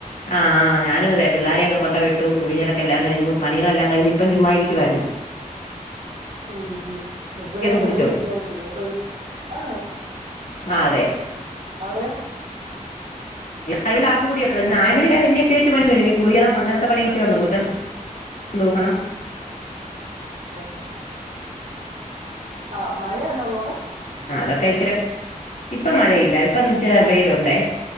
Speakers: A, on the left (about 80°); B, on the right (about 85°).
A: ആഹ് ആ്ഞാനും അതെ പിള്ളോരെയൊക്കെ കൊണ്ടപ വിട്ടു തുണിയലൊക്കെല്ലാം കഴിഞ്ഞു പണികെല്ലാം കഴഞ്ഞ ഇപ്പ ചുമ്മായിരിക്കുവമായിരുന്നു ആ
B: ഉം ഹ ഇപ്പഴേ ഹെറുതെ
A: കുടിച്ചോ
B: ഇരിക്കാൻ പറ്റുള്ളൂ ഒരു ആ
A: ആ അതെ
B: അവിടെയോ
A: അവിടെ ആപ്പിക്കൂടിയൊക്ക കഴഞ്ഞ ആല് മണ വരെ വല അത്വകി പണിന്ന് വര ഇനി കുളിക്കണം അങ്ങനത്തെ പണൊക്കെ ഉണ്ട് മുറ്റം തോക്കണം
B: ഹഹ ഹഹ ആഹ മഴയുണ്ടോ അള്ളോടെ
A: ആ അതൊക്കെ ഇച്ചിരി ഇപ്പൊ മഴയില്ല ഇപ്പൊ ഇച്ചിരി വെയിലുണ്ടേ